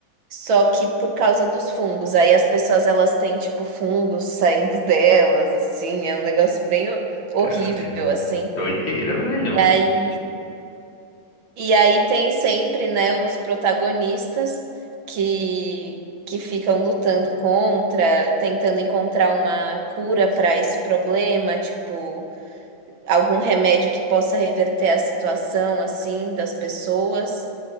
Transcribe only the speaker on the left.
Ai,
Doideira, velho.